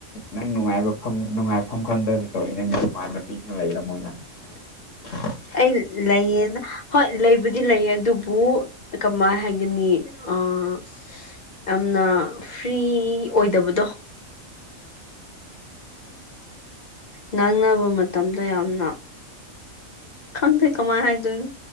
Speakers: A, on the left; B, on the left.
A: ꯅꯪ ꯅꯨꯡꯉꯥꯏꯕ ꯐꯪ ꯅꯨꯡꯉꯥꯏꯐꯝ ꯈꯪꯗ ꯇꯧꯏ ꯅꯪ ꯅꯃꯥꯟꯅꯕꯤꯁꯨ ꯂꯩꯔꯝꯃꯣꯏ ꯅꯪ <unintelligible>
B: ꯑꯩ ꯂꯩꯥꯏꯌꯦꯅ ꯍꯣꯏ ꯂꯩꯕꯨꯗꯤ ꯂꯩꯌꯦ ꯑꯗꯨꯕꯨ ꯀꯃꯥꯏꯅ ꯍꯥꯏꯒꯅꯤ ꯑꯥ ꯌꯥꯝꯅ ꯐ꯭ꯔꯤ ꯑꯣꯏꯗꯕꯗꯣ ꯉꯥꯡꯅꯕ ꯃꯇꯝꯗ ꯌꯥꯝꯅ ꯈꯪꯗꯦ ꯍꯨꯝ ꯀꯃꯥꯏꯅ ꯍꯥꯏꯗꯣꯏꯅꯣ